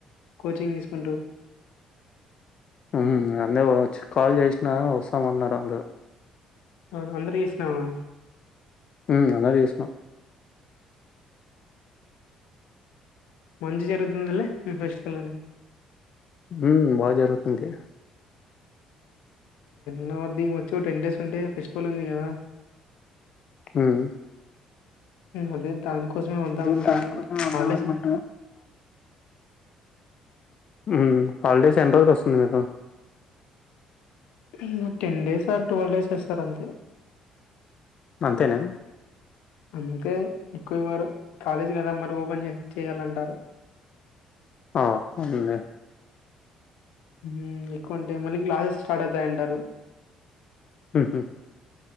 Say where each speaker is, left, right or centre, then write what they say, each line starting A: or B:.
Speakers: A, on the left; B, on the left.
A: కోచింగ్ దీస్ కుంటూ
B: ఉమ్ హ్మ్ అందే ఓవచ్చు కాల్ జేష్ నా వస్తామన్నరు అందరు
A: అవును అందరు కి చేసినావా
B: ఉం అందరికి చేసినం
A: మంచి జరుగుతుందిలే వెస్ట్ కళ్యాణది <unintelligible>
B: ఉం బాగా జరుగుతుంది
A: న వద్ <unintelligible> వచ్చి టెన్ డేస్ ఉంటే ఫెస్టివల్ ఉంది కదా
B: ఉం
A: అదే దానికోసమే వద్దాం
B: నేను
A: అనుకుంటు
B: దానికోసం వద్దాం
A: హాల్ డేస్
B: అనుకుంటున్నా ఉం హాలిడేస్ ఎన్ని రోజులు వస్తుంది మీకు
A: ఉం ten days or twelve days ఇస్తారు అంతే
B: అంతేనా
A: అంతే ఎక్కువ ఇవ్వరు కాలేజ్ కదా మరి ఓపెన్ చేయాలంటారు
B: ఆ వుంది
A: ఉం ఎక్కువ ఉంటే మళ్ళీ క్లాసెస్ స్టార్ట్ అవుతాయంటారు
B: ఉ హుమ్